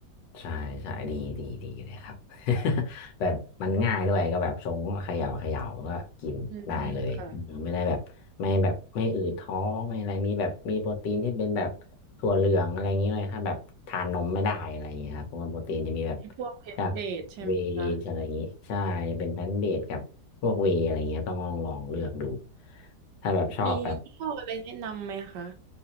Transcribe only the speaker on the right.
อืมค่ะ พวกเพชรเบดใช่ไหมคะ
มียี่ห้ออะไรแนะนำไหมคะ